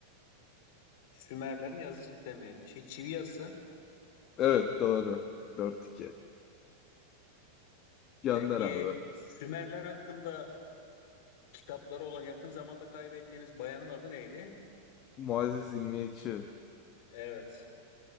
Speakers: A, on the left; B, on the left.
A: Sümerlerin yazı sistemi, şey çivi yazısı.
B: Evet doğru. Dört iki. Gönder
A: Peki
B: abi.
A: Sümerler hakkında kitapları olan yakın zamanda kaybettiğimiz bayanın adı neydi?
B: Muazzez İlmiyeçi.
A: Evet.